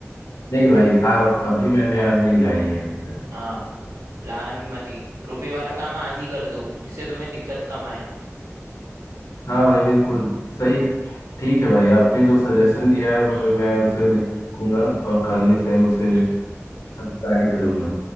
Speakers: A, on the left (about 70°); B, on the right (about 80°).
A: नहीं भाई आ, अभी मैंने आज नहीं लाई है अभी तक
B: हाँ लाना भी मती रुपए वाला काम आज ही कर दो जिससे तुम्हें दिक्कत कम आए
A: हाँ भाई बिल्कुल सही ठीक है भाई आपने जो सजेशन दिया है
B: हम्म,
A: वो मैं उसे देखूंगा और खाली से उसे
B: हम्म।
A: सब ट्राई करूंगा